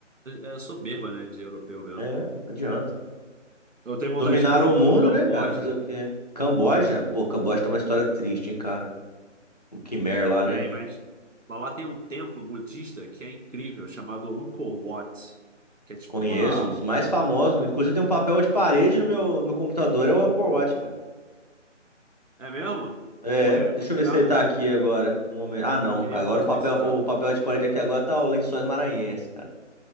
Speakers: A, on the right (about 80°); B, on the left (about 35°).
A: É, é, é soberba, né, de europeu mesmo.
B: É, não adianta.
A: Eu tenho vontade
B: Dominaram
A: de ir pro
B: o mundo,
A: Camboja.
B: né, cara? Fazer o quê? Camboja? Pô, Camboja tem uma história triste, hein, cara? O Khmer lá,
A: Tem,
B: né?
A: mas... Mas lá tem um templo budista que é incrível, chamado Angkor Wat. Que é tipo
B: Conheço,
A: uma...
B: um dos mais famosos. Inclusive, tem um papel de parede no meu no computador, é o Angkor Wat, cara.
A: É, é mesmo?
B: É,
A: Porra, é
B: deixa
A: muito
B: eu ver
A: irado,
B: se ele tá
A: né?
B: aqui agora. Um momento. Ah, não.
A: Eu queria
B: Agora
A: muito
B: o papel,
A: visitar.
B: o papel de parede aqui agora tá o Lençóis Maranhenses, cara.